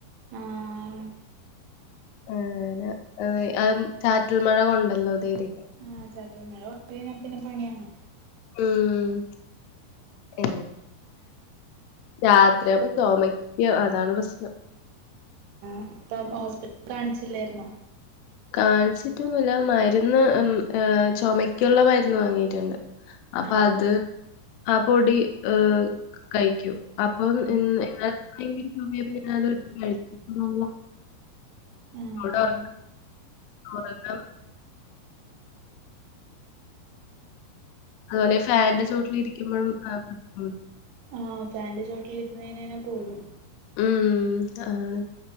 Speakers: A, on the right; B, on the left.
A: ആഹ്
B: അങ്ങനെ അതെ ആഹ് ചാറ്റൽ മഴ കൊണ്ടല്ലോ അതേരിക്കും
A: ആഹ് ചാറ്റൽ മഴ കൊണ്ട് കഴിഞ്ഞാ പിന്നെ പണിയാണ്
B: ഉം എനി രാത്രിയാവുമ്പോ ചൊമയ്ക്കും അതാണ് പ്രശ്നം
A: അപ്പം ഹോസ്പിറ്റല് കാണിച്ചില്ലേരുന്നോ
B: കാണ്ച്ചിട്ടൊന്നുല്ല മരുന്ന് ഉം ഏഹ് ചൊമക്കുള്ള മരുന്ന് വാങ്ങിയിട്ടുണ്ട് അപ്പ
A: ആഹ്
B: അത്
A: ആഹ്
B: ആ പൊടി ഏഹ് കഴിക്ക്യും അപ്പം
A: ഉം
B: ഇന്ന ഇന്നലത്തെങ്കിലും സമയത്ത് പിന്നെ അത് എടുത്ത് കഴി ഇല്ലല്ല
A: ആഹ്
B: അവടെ ഒറ ഒറങ്ങാം അതുപോലെ ഈ ഫാന്റെ ചോട്ടില് ഇരിക്ക്യുമ്പഴും ആഹ് ഉം
A: ആഹ് ഫാന്റെ ചോട്ടിലിര്ന്നഴിഞ്ഞ് കഴിഞ്ഞാ കൂടും
B: ഉം ആണ്